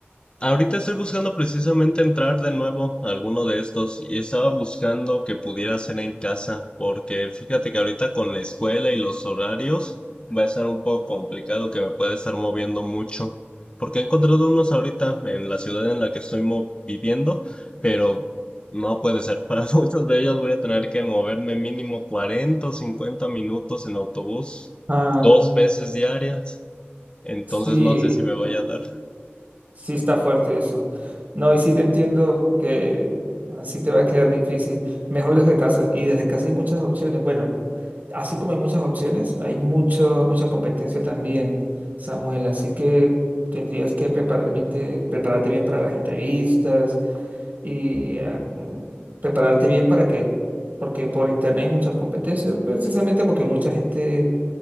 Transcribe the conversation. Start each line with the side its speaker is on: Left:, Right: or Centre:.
Left: Ahorita estoy buscando precisamente entrar de nuevo a alguno de estos y estaba buscando que pudiera hacer en casa, porque fíjate que ahorita con la escuela y los horarios va a estar un poco complicado que me pueda estar moviendo mucho, porque he encontrado unos ahorita en la ciudad en la que estoy mo- viviendo, pero no puede ser. <laughs> Para muchos de ellos voy a tener que moverme mínimo 40 o 50 minutos en autobús,
Right: Ah,
Left: dos veces diarias, entonces
Right: sí.
Left: no sé si me vaya a dar.
Right: Sí está fuerte eso. No, y sí te entiendo que así te va a quedar difícil. Mejor desde casa. Y desde casa hay muchas opciones. Bueno, así como hay muchas opciones, hay mucho, mucha competencia también, Samuel. Así que tendrías que preparar bien te- prepararte bien para las entrevistas y ah, mm, prepararte bien para que, porque por internet hay mucha competencia, precisamente porque mucha gente